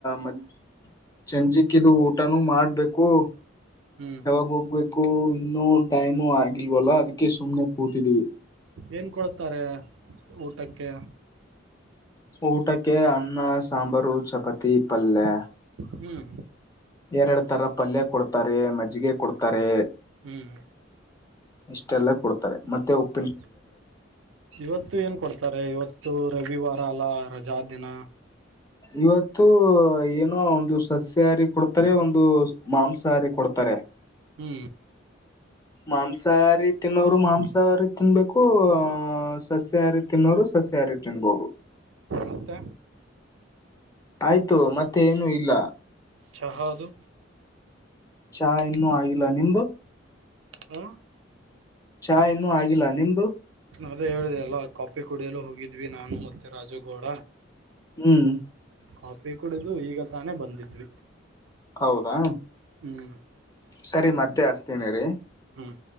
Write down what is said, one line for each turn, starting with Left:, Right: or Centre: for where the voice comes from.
Left: ಮಧ್ಯಾ ಸಂಜೆಕಿದು ಊಟನು ಮಾಡಬೇಕು
Right: ಹ್ಮ್
Left: ಯಾವಾಗ ಹೋಗ್ಬೇಕು ಇನ್ನುೂ ಟೈಮು ಆಗಿಲ್ವಲ್ಲ ಅದಕ್ಕೆ ಸುಮ್ನೆ ಕೂತಿದೀವಿ
Right: ಏನ್ ಕೊಡ್ತಾರೆ ಊಟಕ್ಕೆ
Left: ಊಟಕ್ಕೆ ಅನ್ನ ಸಾಂಬಾರು ಚಪಾತಿ ಪಲ್ಯೆ
Right: ಹ್ಮ್
Left: ಎರಡು ತರ ಪಲ್ಯ ಕೊಡ್ತಾರೆ ಮಜ್ಜಿಗೆ ಕೊಡ್ತಾರೆ
Right: ಹ್ಮ್
Left: ಇಷ್ಟೆಲ್ಲ ಕೊಡ್ತಾರೆ ಮತ್ತೆ ಉಪ್
Right: ಹ <inaudible> ಇವತ್ತು ಏನ್ ಕೊಡ್ತಾರೆ ಇವತ್ತು ರವಿವಾರ ಅಲ್ಲಾ ರಜಾ ದಿನ
Left: ಇವತ್ತು ಏನೋ ಒಂದು ಸಸ್ಯಹಾರಿ ಕೊಡ್ ತ್ತರೆ ಒಂದು ಮಾಂಸಾಹಾರಿ ಕೊಡ್ತಾರೆ
Right: ಹ್ಮ್
Left: ಮಾಂಸಹಾರಿ ತಿನ್ನೋರು ಮಾಂಸ ಮೋಸಹಾರಿ ತಿನ್ನಬೇಕು ಸಸ್ಯಾಹಾರಿ ತಿನ್ನುವವರು ಸಸ್ಯಾಹಾರಿ ತಿನ್ನಬಹುದು
Right: ಮತ್ತ
Left: ಆಯ್ತು ಮತ್ತೆ ಏನು ಇಲ್ಲ
Right: ಚಹ ಅದು
Left: ಚಾ ಇನ್ನುೂ ಆಗಿಲ್ಲ ನಿಮ್ದು
Right: ಹ್ಮ
Left: ಚಾ ಇನ್ನುೂ ಆಗಿಲ್ಲ ನಿಮ್ದು
Right: ಅದೇ ಹೇಳಿದೆ ಅಲ್ಲ ಕಾಫಿ ಕುಡಿಯಲು ಹೋಗಿದ್ವಿ ನಾನು ಮತ್ತೆ ರಾಜುಗೌಡ
Left: ಹ್ಮ್
Right: ಕಾಪಿ ಕುಡಿದು ಈಗ ತಾನೇ ಬಂದಿದ್ವಿ
Left: ಹೌದಾ
Right: ಹ್ಮ್
Left: ಸರಿ ಮತ್ತೆ ಹಚ್ಚತೀನಿ ಇರಿ
Right: ಹ್ಮ್